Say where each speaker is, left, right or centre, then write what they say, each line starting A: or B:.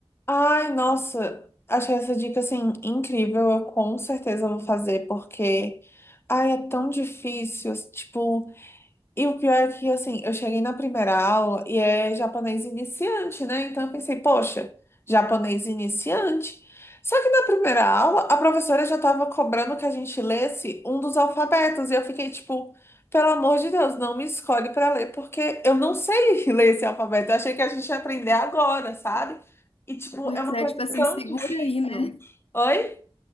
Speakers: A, on the left; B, on the left.
A: Ai, nossa, achei essa dica assim incrível. Eu com certeza vou fazer porque ai, é tão difícil, tipo E o pior é que, assim, eu cheguei na primeira aula e é japonês iniciante, né? Então eu pensei, poxa, japonês iniciante. Só que na primeira aula, a professora já estava cobrando que a gente lesse um dos alfabetos. E eu fiquei tipo, pelo amor de Deus, não me escolhe para ler, porque eu não sei <laughs> ler esse alfabeto. Eu achei que a gente ia aprender agora, sabe? E, tipo,
B: Pois
A: é uma
B: é,
A: coisa
B: tipo assim,
A: tão
B: segura
A: difícil.
B: aí, né?
A: Oi?